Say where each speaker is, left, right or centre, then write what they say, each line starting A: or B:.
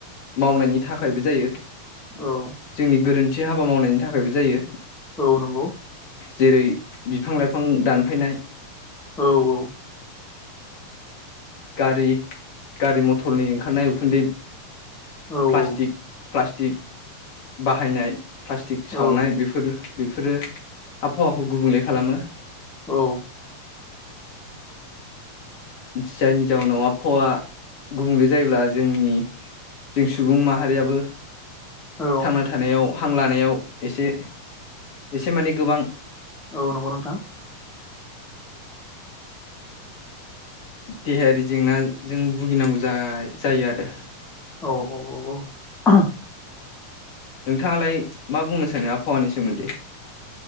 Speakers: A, on the left; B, in the centre.
A: मावनायनि थाखायबो जायो
B: औ
A: जोंनि गोरोन थि हाबा मावनायनि थाखायबो जायो
B: औ नंगौ
A: जेरै बिफां लाइफां दानफायनाय
B: औ औ
A: गारि गारि मथरनि ओंखारनाय उखुन्दै
B: औ
A: प्लास्टिक
B: औ
A: प्लास्टिक बाहायनाय प्लास्टिक सावनाय
B: औ
A: बेफोर बेफोरो आबहावाखौ गुबुंले खालामो
B: औ
A: जायनि जाउनाव आबहावा गुबुंले जायोब्ला जोंनि जों सुबुं माहारियाबो
B: औ
A: थांना थानायाव हां लानायाव एसे एसे माने गोबां
B: औ नंगौ नोंथां
A: देहायारि जेंनाजों भुगिनांगौ जा जायो आरो
B: औ औ औ
A: नोंथाङालाय मा बुंनो सानो आबहावानि सोमोन्दै